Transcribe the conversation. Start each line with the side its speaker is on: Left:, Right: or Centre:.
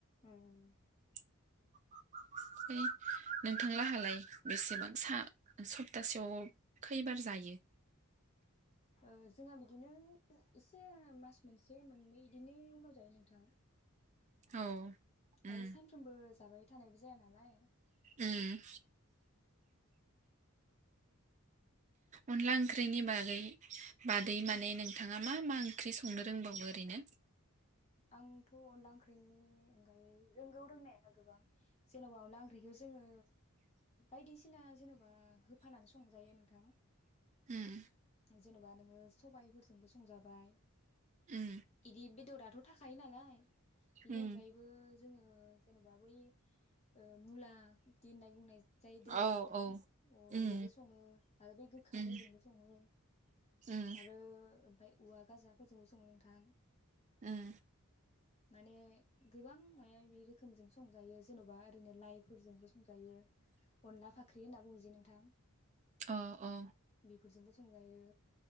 Left: औ औ
Right: <inaudible> है नोंथांलाहालाय बेसेबां सा सप्तासेयाव खैबार जायो
Left: औ जोंहा बिदिनो एसे मास मोनसे मोननै बिदिनि उनाव जायो नोंथां।
Right: औ
Left: आरो
Right: उम
Left: सानफ्रोमबो जाबाय थानायबो जाया नालाय
Right: उम अनला ओंख्रिनि बागै बादै माने नोंथाङा मा मा ओंख्रि संनो रोंबावो ओरैनो।
Left: आंथ अनला ओंख्रिनि अनगायै रोंगौ रोंनाया गोबां जेनबा अनला ओंख्रिखौ जोङो बायदिसिना जेनबा होफानानै संजायो नोंथां
Right: उम
Left: जेनेबा नोङो सबायफोरजोंबो संजाबाय
Right: उम
Left: एदि बेदराथ थाखायो नालाय। बिनि
Right: उम
Left: अनगायैबो जोङो जेनबा बै औ मुला द हुननाय बुंनाय जाय दोहनि
Right: औ
Left: नोंथाङा
Right: औ
Left: अ बिजोंबो
Right: उम
Left: सङो आरो बि गोखाफोरजोंबो
Right: उम
Left: सङो
Right: उम
Left: आरो ओमफ्राय औवा गाजाफोरजोंबो सङो नोंथां
Right: उम
Left: माने गोबां माया मायबि रोखोमजों संजायो जेनबा ओरैनो लाइफोरजोंबो संजायो। अनला फाख्रि होनना बुङोजे नोंथां।
Right: ओ ओ।
Left: फोरजोंबो संजायो।